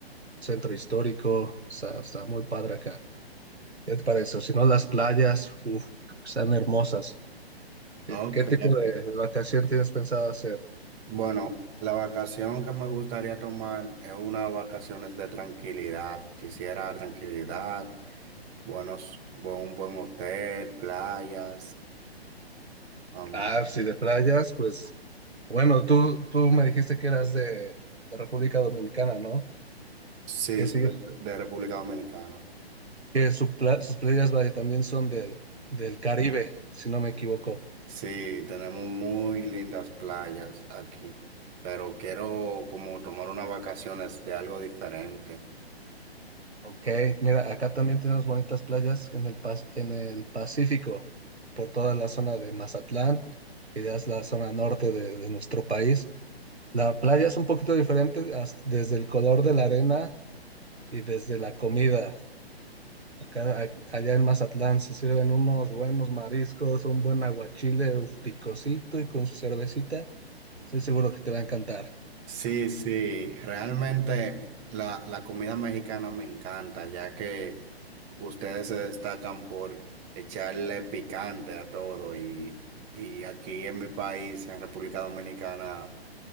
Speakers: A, on the right; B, on the right.
A: centro histórico. Está, está muy padre acá. ¿Qué te parece? O Si no, las playas, uf, están hermosas. ¿Qué,
B: Ok.
A: qué tipo de, de vacación tienes pensado hacer?
B: Bueno, la vacación que me gustaría tomar es unas vacaciones de tranquilidad. Quisiera tranquilidad, buenos, buen- un buen hotel, playas. am,
A: Ah, si de playas, pues bueno, tú, tú me dijiste que eras de, de República Dominicana, ¿no?
B: sí,
A: ¿Qué
B: soy
A: sigue
B: de República Dominicana.
A: que su pla- sus playas vaya, también son del, del Caribe, si no me equivoco.
B: Sí, tenemos muy lindas playas aquí, pero quiero como tomar unas vacaciones de algo diferente.
A: Ok, mira, acá también tenemos bonitas playas en el, Pas- en el Pacífico, por toda la zona de Mazatlán, que ya es la zona norte de, de nuestro país. La playa es un poquito diferente as- desde el color de la arena y desde la comida. Acá, a- allá en Mazatlán se sirven unos buenos mariscos, un buen aguachile uf, picosito y con su cervecita. Estoy seguro que te va a encantar.
B: Sí, sí, realmente la, la comida mexicana me encanta, ya que ustedes se destacan por echarle picante a todo y, y aquí en mi país, en República Dominicana,